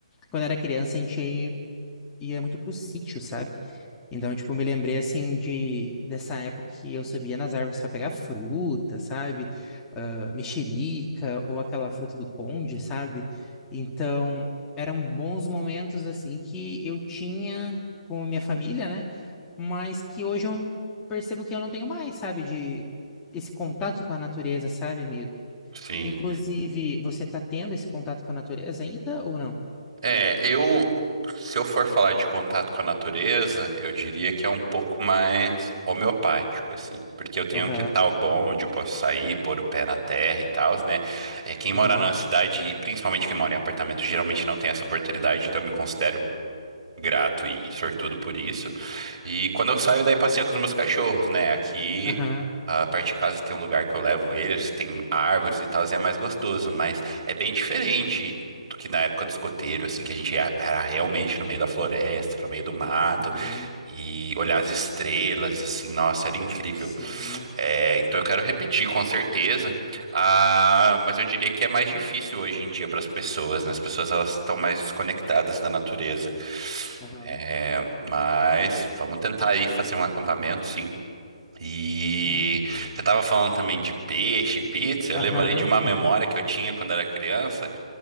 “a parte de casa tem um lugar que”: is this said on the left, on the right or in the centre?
Right